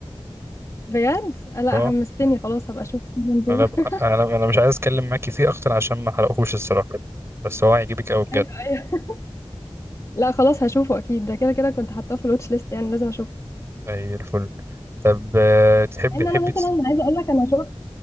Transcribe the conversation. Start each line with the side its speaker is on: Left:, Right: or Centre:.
Left: بجد لا
Right: اه
Left: حمستني خلاص هبقى اشوف سيزون 2
Right: انا ب- انا انا مش عايز اتكلم معاكي فيه اكتر عشان ما حرقهوش الصراحه بس هو هيعجبك قوي بجد
Left: <laughs> ايوه ايوه لا خلاص هشوفه اكيد ده كده كده كنت حاطاه في الواتش ليست يعني لازم اشوفه
Right: اي الفل طب آه، تحبي
Left: مع ان
Right: تحبي
Left: انا مثلا
Right: تس-
Left: عايزه اقول لك انا شفت